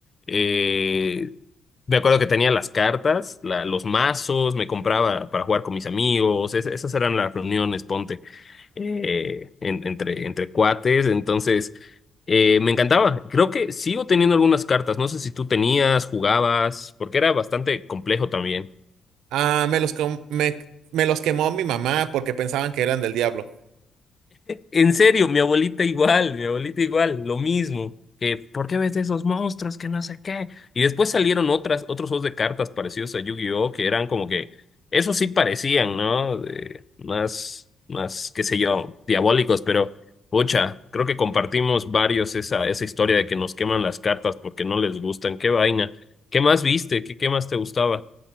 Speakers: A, on the left; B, on the right.
A: Eh, me acuerdo que tenía las cartas, la- los mazos, me compraba para jugar con mis amigos, es- esas eran las reuniones, ponte eh, en- entre, entre cuates. Entonces, eh, me encantaba. Creo que sigo teniendo algunas cartas. No sé si tú tenías, jugabas, porque era bastante complejo también.
B: Ah, me los, com- me, me los quemó mi mamá porque pensaban que eran del diablo.
A: En serio, mi abuelita igual, mi abuelita igual, lo mismo. Que, ¿por qué ves esos monstruos que no sé qué? Y después salieron otras, otros juegos de cartas parecidos a Yu-Gi-Oh! que eran como que, esos sí parecían, ¿no? De- más, más, qué sé yo, diabólicos, pero, pucha, creo que compartimos varios esa, esa historia de que nos queman las cartas porque no les gustan. Qué vaina. ¿Qué más viste? ¿Qué, qué más te gustaba?